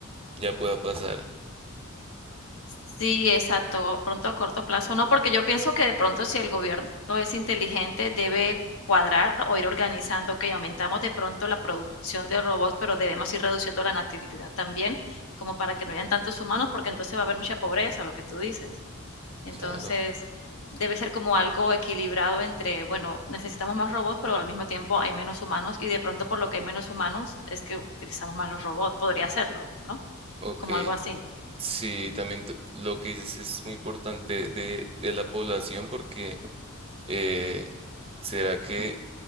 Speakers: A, on the right (about 25°); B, on the left (about 70°).
A: ya pueda pasar.
B: sí, exacto, pronto a corto plazo, no, porque yo pienso que de pronto si el gobierno es inteligente debe cuadrar o ir organizando, que aumentamos de pronto la producción de robots, pero debemos ir reduciendo la natalidad también, como para que no hayan tantos humanos, porque entonces va a haber mucha pobreza, lo que tú dices. Entonces,
A: Claro.
B: debe ser como algo equilibrado entre, bueno, necesitamos más robots, pero al mismo tiempo hay menos humanos y de pronto por lo que hay menos humanos es que utilizamos más los robots. Podría serlo, ¿no?
A: Ok.
B: Como algo así.
A: Sí, también t- lo que dices es muy importante de, de la población porque eh, será que